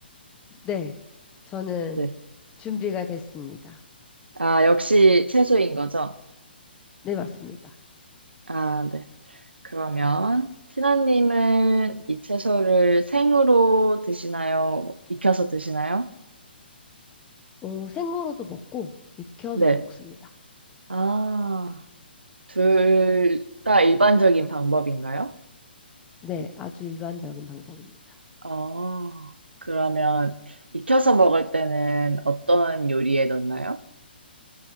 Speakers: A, on the left (about 15°); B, on the right (about 75°).
A: 네. 저는
B: 네.
A: 준비가 됐습니다.
B: 아, 역시 채소인 거죠?
A: 네, 맞습니다.
B: 아, 네. 그러면 티나님은 이 채소를 생으로 드시나요? 익혀서 드시나요?
A: 어, 생으로도 먹고 익혀서도
B: 네.
A: 먹습니다.
B: 아, 둘 다 일반적인 방법인가요?
A: 네, 아주 일반적인 방법입니다.
B: 어, 그러면 익혀서 먹을 때는 어떤 요리에 넣나요?